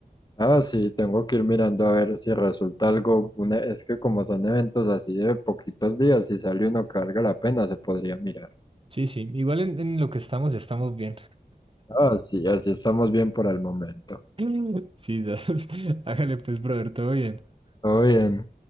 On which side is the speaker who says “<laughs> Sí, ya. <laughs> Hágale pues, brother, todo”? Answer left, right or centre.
Right